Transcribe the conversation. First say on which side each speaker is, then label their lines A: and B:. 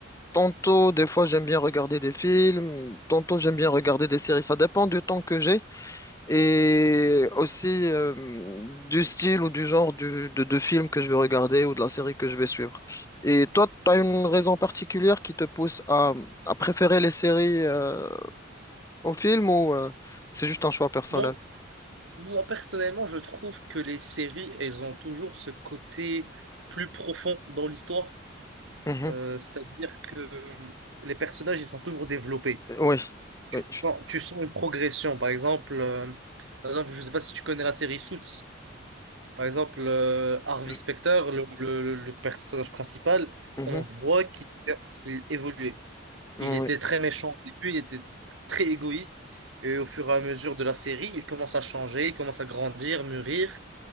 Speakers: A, on the left; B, on the right.
A: Tantôt, des fois, j'aime bien regarder des films, tantôt, j'aime bien regarder des séries, ça dépend du temps que j'ai. Et aussi euh, du style ou du genre du- de, de film que je vais regarder ou de la série que je vais suivre. Et toi, tu as une raison particulière qui te pousse à, à préférer les séries euh, aux films ou euh, c'est juste un choix personnel?
B: Moi, moi, personnellement, je trouve que les séries, elles ont toujours ce côté plus profond dans l'histoire.
A: Mhm.
B: Euh, c'est-à-dire que les personnages, ils sont toujours développés.
A: Oui,
B: Tu
A: oui. je-
B: sens, tu sens une progression. Par exemple, euh, par exemple, je ne sais pas si tu connais la série Suits. Par exemple, euh, Harvey
A: je-
B: Specter, le, le- le personnage principal,
A: mhm.
B: on voit qu'il qu'il évoluait.
A: Oui.
B: Il était très méchant au début, il était très égoïste. Et au fur et à mesure de la série, il commence à changer, il commence à grandir, mûrir.